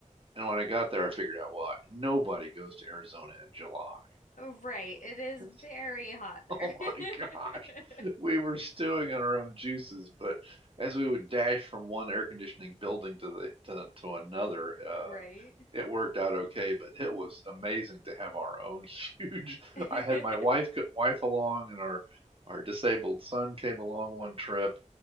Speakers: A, on the right (about 45°); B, on the left (about 80°).
A: And when I got there, I figured out why. Nobody goes to Arizona in July.
B: Oh, Right. It is
A: It's
B: very hot there.
A: Oh my
B: <laughs>
A: gosh. We were stewing in our own juices, but as we would dash from one air conditioning building to the to, to another, uh,
B: Right.
A: it worked out okay, but it was amazing to have our own <laughs> huge.
B: <laughs> I
A: I had my wife co- wife along and our our disabled son came along one trip,